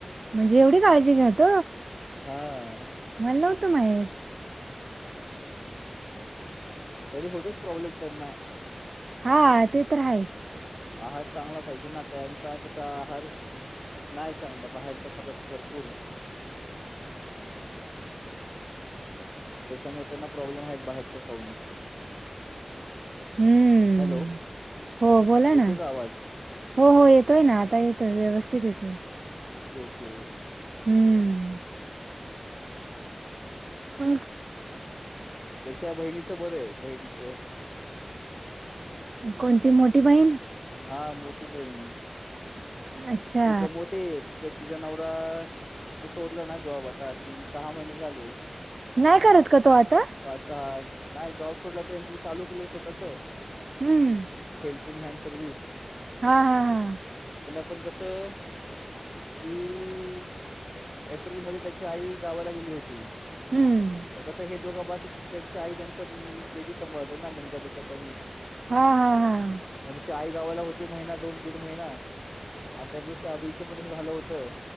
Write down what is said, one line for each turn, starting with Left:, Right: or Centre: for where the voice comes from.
Right: म्हणजे एवढी काळजी घ्यात?
Left: हा.
Right: मला नव्हतं माहित.
Left: तरी होतोच प्रॉब्लेम त्यांना.
Right: हा ते तर आहेच.
Left: आहार चांगला पाहिजे ना त्यांचा कसा आहार नाही चांगलं बाहेरच खात भरपूर. त्याच्यामुळे त्यांना प्रॉब्लेम आहेत. बाहेरचा खाऊन
Right: हम्म
Left: हॅलो.
Right: हो बोला
Left: येतोय
Right: ना.
Left: का आवाज
Right: हो हो येतोय ना आता येतोय व्यवस्थित येतोय.
Left: Okay okay.
Right: हम्म. मंग.
Left: त्याच्या बहिणीचं बरं आहे बहिणीचं
Right: कोणती मोठी बहीण?
Left: हा मोठी बहीण
Right: अच्छा
Left: ती कमवते. ज तिचा नवरा सोडला ना जॉब आता तीन सहा महिने झाले.
Right: नाही करत का तो आता?
Left: पाच सहा नाही जॉब सोडला, तरच चालू केलं स्वतःच.
Right: हम्म.
Left: <unintelligible> हँड सर्वविस.
Right: हा हा हा.
Left: पण कसं कि एप्रिल म त्याची आई गावाला गेली होती.
Right: हम्म
Left: मग कसं हे दोघा बास हो त्यांची आई त्यांच बेबी संभाळते ना, मुलगा त्याचा कनिश
Right: हा, हा, हा
Left: मग तसे आई गावाला होती महिना दोन दीड महिना, आणि त्याच दिवस त्या अभीचं पण तसं झालं होतं.